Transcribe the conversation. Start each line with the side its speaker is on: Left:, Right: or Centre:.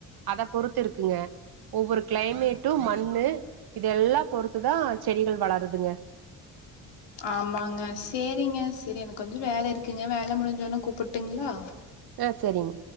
Right: அத பொறுத்து ருக்குங்க ஒவ்வொரு க்ளைமேட்டும் மண்ணு இதெல்லாம் பொறுத்துதா செடிகள் வளருதுங்க
Left: ஆமாங்க ஸ் சேரிங்க சேரி எனக் கொஞ்சோ வேல இருக்குங்க வேல முடிஞ்சோன கூப்புட்டுங்ளா
Right: ஆ செரிங்